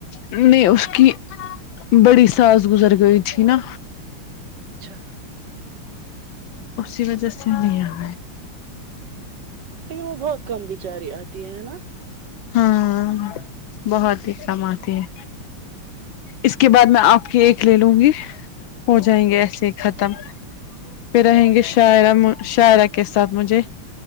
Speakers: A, on the left; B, on the right.
A: نہیں اس کی بڑی ساس گزر گئی تھی نا
B: اچھا
A: اسی وجہ سے نہیں آۓ
B: لیکن وہ بہت کم بچاری آتی ہے نا
A: ہاں بہت ہی کم آتی ہے اس کے بعد میں آپ کی ایک لے لوں گی ہو جائیں گے ایسے ختم پھر رہیں گے شاعرہ ما شاعرہ کے ساتھ مجھے